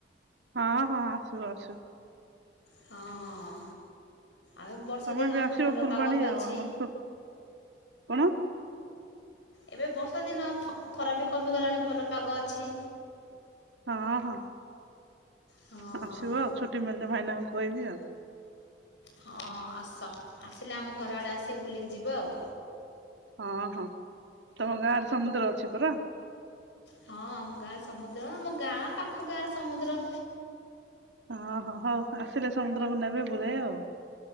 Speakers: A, on the right; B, on the left.
A: ହଁ, ହଁ ଆସୁ ଆସୁ।
B: ହଁ, ଆଉ ବର୍ଷା
A: ତମେ
B: ଦିନ
A: ବି ଆସିବ
B: ଭଲ
A: ଫୁଲବାଣୀ
B: ପାଗ ବି
A: ଆଉ
B: ଅଛି।
A: ଆମର ଫୁ କଣ?
B: ଏବେ ବର୍ଷା ଦିନ ଖରାଵି କମିଗଲାଣି ଭଲ ପାଗ ଅଛି।
A: ହଁ, ହଁ
B: ହଁ
A: ଆସିବ ଆଉ ଛୁଟି ମିଳିଲେ ଭାଇନାଙ୍କୁ କହିବି ଆଉ।
B: ହଁ ଆସ, ଆସିଲେ ଆମ ଘର ଆଡ଼େ ଆସିବେ ବୁଲିକି ଯିବ ଆଉ।
A: ହଁ, ହଁ ତମ ଗାଁରେ ସମୁଦ୍ର ଅଛି ପରା?
B: ହଁ ଆମ ଗାଁରେ ସମୁଦ୍ର ଆମ ଗାଁ ପାଖ ଗାଁର ସମୁଦ୍ର।
A: ହଁ ହଁ ହୋଉ, ଆସିଲେ ସମୁଦ୍ରକୁ ନେବେ ଵୁଲେଇ ଆଉ।